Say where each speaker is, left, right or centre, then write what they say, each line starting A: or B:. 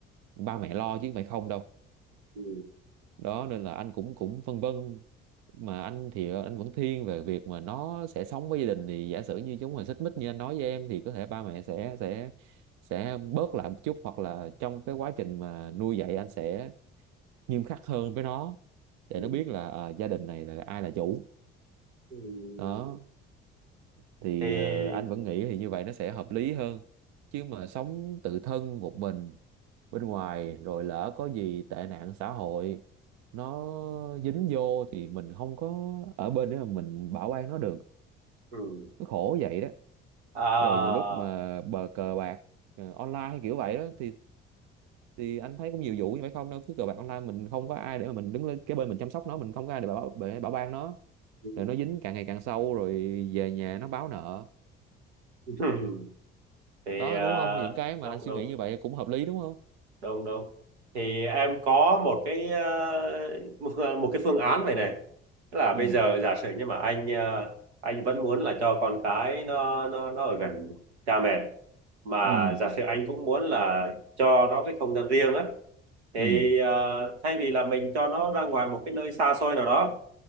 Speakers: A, on the right; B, on the right.
A: ba mẹ lo chứ không phải không đâu
B: ừ
A: đó nên là anh cũng cũng phân vân mà anh thì anh vẫn thiên về việc mà nó sẽ sống với gia đình thì giả sử như chúng mà xích mích như anh nói với em thì có thể ba mẹ sẽ sẽ sẽ bớt lại một chút hoặc là trong cái quá trình mà nuôi dạy anh sẽ nghiêm khắc hơn với nó để
B: ừ
A: nó biết là ờ, gia đình này là ai là chủ
B: ừ
A: đó thì
B: thì
A: ờ, anh vẫn nghĩ thì như vậy nó sẽ hợp lý hơn chứ mà sống tự thân một mình bên ngoài rồi lỡ có gì tệ nạn xã hội nó dính vô thì mình không có ở bên để mà mình bảo an nó được
B: ừ
A: nó khổ vậy đó
B: à
A: rồi nhiều lúc mà bờ cờ bạc ờ, online kiểu vậy đó thì thì anh thấy cũng nhiều vụ như vậy không đâu cứ cờ bạc online mình không có ai để mà mình đứng lên cái bên mình chăm sóc nó mình không có ai để bảo, bảo, bảo ban nó
B: ừ,
A: rồi nó dính càng ngày càng sâu rồi về nhà nó báo nợ
B: ừ. <laughs> thì
A: đó
B: à,
A: đúng không những cái mà
B: đúng
A: anh suy
B: đúng
A: nghĩ như vậy cũng hợp lý đúng không
B: đúng đúng thì em có một cái ờ, một một cái phương án vậy này tức là
A: ừ
B: bây giờ giả sử nhưng mà anh ờ, anh vẫn muốn là cho con cái nó nó nó ở gần cha mẹ mà
A: ừ
B: giả sử anh cũng muốn là cho nó cái không gian riêng á thì
A: ừ
B: ờ, thay vì là mình cho nó ra ngoài một cái nơi xa xôi nào đó